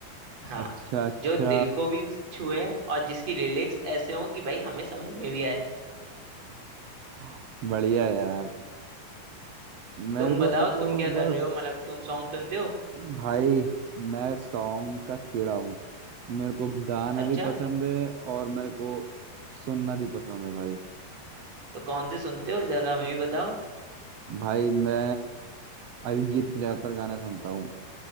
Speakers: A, on the right (about 40°); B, on the right (about 75°).
A: हाँ
B: अच्छा अच्छा
A: जो दिल को भी छुए और जिसकी लिरिक्स ऐसे हों कि भाई हमें समझ में भी आए
B: <laughs> बढ़िया यार मेरे
A: तुम
B: को
A: बताओ
B: तो
A: तुम क्या कर
B: बस
A: रहे हो मतलब तुम सॉन्ग सुनते हो
B: भाई मैं सॉन्ग का कीड़ा हूँ मेरे को गाना
A: अच्छा
B: भी पसंद है और मेरे को सुनना भी पसंद है भाई
A: तो कौन से सुनते हो जरा हमें भी बताओ
B: भाई मैं अरिजीत के ज्यादातर गाने सुनता हूँ